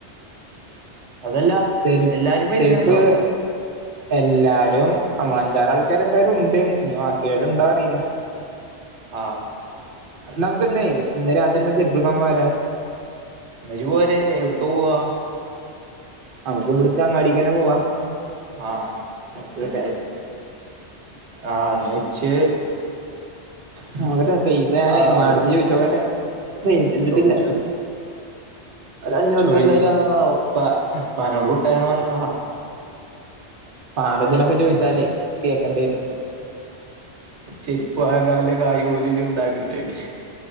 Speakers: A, on the right (about 75°); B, on the right (about 55°).
A: അതല്ല
B: ചെരി
A: എല്ലാരും വര്ന്ണ്ടോ
B: ചെരുപ്പ് എല്ലാരും അഞ്ചാറ് ആൾക്കാര് എന്തായാലും ഉണ്ട്. ഇനി ബാക്കിള്ളോര് ഇണ്ടാ അറീല്ല.
A: ആഹ്
B: ഇന്നാ നമുക്ക് ഇന്നേയ് ഇന്ന് രാത്രി ഇന്നാ ചെരുപ്പ് എടുക്കാൻ പോയാലോ.
A: ന്നാ ഇജ് പോര് എവ്ടക്ക പോവാ
B: നമുക്ക് ഇബ്ട്ക്ക് അങ്ങാടിക്ക് തന്നെ പോവാ
A: ആഹ്
B: നോക്കട്ടെ
A: മതി ആഹ് ഇന്നാ ഇച്ച്
B: നോക്കട്ടെ പൈസ ഞാന്
A: ആഹ്
B: ഇമ്മാന്റെടത്
A: ആവശ്യൊന്നുല്ല
B: ചോയിച്ചോക്കട്ടെ പൈസ ഇന്റട്ത്ത്
A: ചോദിച്ചോ
B: ഇല്ല. ഒരു അഞ്ഞൂറുപ്യ
A: ചോയി
B: എന്തായാലും ആവും.
A: ഇപ്പ ഇപ്പാനോട് <unintelligible>
B: <unintelligible> ചോയ്ച്ചാലെ കേക്കണ്ടി വരും
A: ചെരുപ്പ് വാങ്ങാലെ കായ് പോലും ഇജ് ഇണ്ടാക്ണ്ല്ലെ ചോയ്ച്ചും.